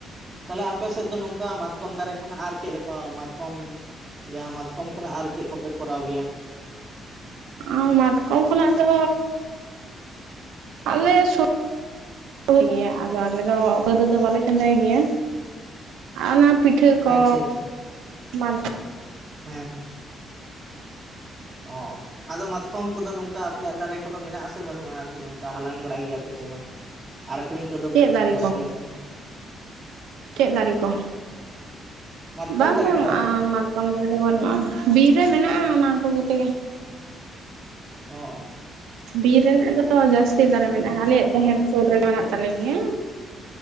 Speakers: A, on the right (about 25°); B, on the right (about 85°).
A: ᱛᱟᱦᱚᱞᱮ ᱟᱯᱮ ᱥᱮᱫ ᱫᱚ ᱱᱚᱝᱠᱟ ᱢᱟᱛᱠᱚᱢ ᱫᱟᱨᱮ ᱠᱷᱚᱱᱟᱜ ᱟᱨ ᱪᱮᱫ ᱞᱮᱠᱟ ᱢᱟᱛᱠᱚᱢ ᱡᱟᱦᱟᱸ ᱢᱟᱛᱠᱚᱢ ᱠᱷᱚᱱᱟᱜ ᱟᱨ ᱪᱮᱫ ᱠᱚᱯᱮ ᱠᱚᱨᱟᱣ ᱜᱮᱭᱟ?
B: ᱟᱸ ᱢᱟᱛᱠᱚᱢ ᱠᱷᱚᱱᱟᱜ ᱫᱚ ᱟᱞᱮ ᱥᱚ ᱜᱮᱭᱟ ᱟᱫᱚ ᱟᱞᱮ ᱫᱚ ᱯᱟᱹᱨᱟᱹ ᱫᱚ ᱵᱟᱞᱮ ᱪᱚᱸᱫᱟᱭ ᱜᱮᱭᱟ᱾ ᱟᱨ ᱚᱱᱟ ᱯᱤᱴᱷᱟᱹ ᱠᱚ
A: ᱟᱪᱪᱷᱟ ᱟᱪᱪᱷᱟ
B: ᱢᱟ
A: ᱦᱮᱸ ᱦᱮᱸ ᱚ ᱟᱫᱚ ᱢᱟᱛᱠᱚᱢ ᱠᱚᱫᱚ ᱱᱚᱝᱠᱟ ᱟᱯᱮᱭᱟᱜ ᱫᱟᱨᱮ ᱠᱚᱫᱚ ᱢᱮᱱᱟᱜ ᱟᱥᱮ ᱵᱟᱹᱱᱩᱜᱼᱟ ᱟᱨᱠᱤ ᱱᱚᱝᱠᱟ ᱦᱟᱞᱟᱝ ᱵᱟᱲᱟᱭ ᱜᱮᱭᱟᱯᱮ ᱥᱮ ᱵᱟᱝ? ᱟᱨ ᱟᱠᱷᱨᱤᱧ ᱠᱚᱫᱚᱯᱮ
B: ᱪᱮᱫ
A: ᱟᱠᱷᱨᱤᱧ
B: ᱫᱟᱨᱮ
A: ᱵᱟᱲᱟᱭ
B: ᱠᱚ
A: ᱜᱮᱭᱟ ᱥᱮ ᱵᱟᱝ?
B: ᱪᱮᱫ ᱫᱟᱨᱮ ᱠᱚ᱾
A: ᱢᱟᱛᱠᱚᱢ
B: ᱵᱟᱝ
A: ᱫᱟᱨᱮ
B: ᱵᱟᱝ
A: ᱠᱚ ᱟᱨᱠᱤ
B: ᱢᱟ ᱠᱚᱢ ᱫᱟᱨᱮ ᱫᱚ ᱵᱟᱹᱱᱩᱜᱼᱟ ᱴ, ᱵᱤᱨ ᱨᱮ ᱢᱮᱱᱟᱜᱼᱟ ᱚᱱᱟ ᱠᱚᱜᱮ ᱛᱮᱜᱮ
A: ᱚᱻ
B: ᱵᱤᱨ ᱨᱮᱱᱟᱜ ᱫᱚ ᱡᱟᱹᱥᱛᱤ ᱫᱟᱨᱮ ᱢᱮᱱᱟᱜᱼᱟ
A: ᱧᱚᱜ
B: ᱟᱞᱮᱭᱟᱜ
A: ᱠᱟᱜ
B: ᱡᱟᱦᱮᱨ ᱥᱩᱨ ᱨᱮ ᱢᱮᱱᱟᱜ ᱛᱟᱞᱮ ᱜᱮᱭᱟ᱾